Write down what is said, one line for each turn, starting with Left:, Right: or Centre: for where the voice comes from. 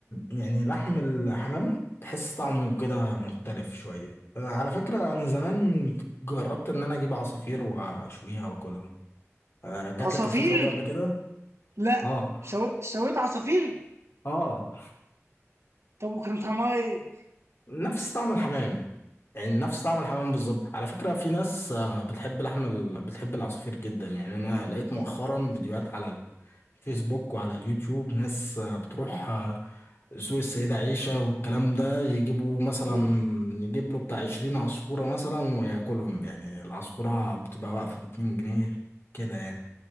Left: يعني لحم الحمام تحس طعمه كده مختلف شوية آه على فكرة أنا زمان جربت إن أنا أجيب عصافير وأشويها وأكلها آه جات
Right: عصافير
Left: لك الفكرة دي قبل كده؟
Right: لا
Left: آه
Right: شو... شويت عصافير
Left: آه
Right: طب وكان طعمها ايه؟
Left: نفس طعم الحمام يعني نفس طعم الحمام بالظبط على فكرة في ناس آه، بتحب لحم ال... بتحب العصافير جدا يعني أنا لقيت مؤخرا فيديوهات على الفيسبوك وعلى اليوتيوب ناس آه، بتروح آه، سوق السيدة عيشة والكلام ده يجيبوا مثلا
Right: مم.
Left: يجيب له بتاع عشرين عصفورة مثلا وياكلهم يعني العصفورة بتبقى واقفة باتنين جنيه كده يعني